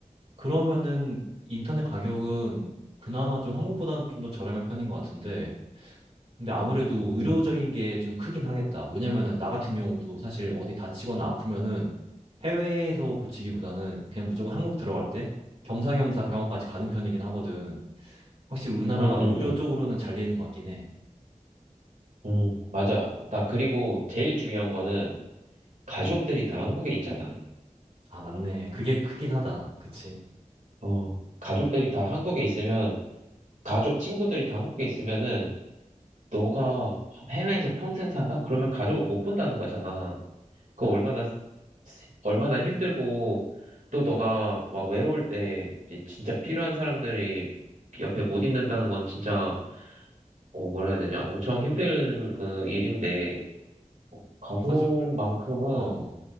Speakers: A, on the right (about 50°); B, on the right (about 75°).
A: 그러면은 인터넷 가격은 그나마 좀 한국보다는 좀 더 저렴한 편인 것 같은데 근데 아무래도 의료적인
B: 음,
A: 게 좀 크긴 하겠다. 왜냐면은 나 같은 경우도 사실 어디 다치거나 아프면은 해외에서 고치기보다는 그냥 무조건 한국 들어갈 때 겸사겸사 병원까지 가는 편이긴 하거든. 확실히 우리나라가
B: 음,
A: 의료
B: 음,
A: 쪽으로는 잘 되는 것 같긴 해.
B: 음, 음, 맞아. 나 그리고 제일 중요한 거는 가족들이 다 한국에 있잖아.
A: 아, 맞네. 그게 크긴 하다. 그치.
B: 어, 가족들이 다 한국에 있으면 가족 친구들이 다 한국에 있으면은 너가 해외에서 평생 산다? 그러면 가족을 못 본다는 거잖아. 그거 얼마나 얼마나 힘들고 또 너가 막 외로울 때 이제 진짜 필요한 사람들이 옆에 못 있는다는 건 진짜 어, 뭐라 해야 되냐 엄청 힘든 그 일인데 가족만큼은
A: 가족을, 어,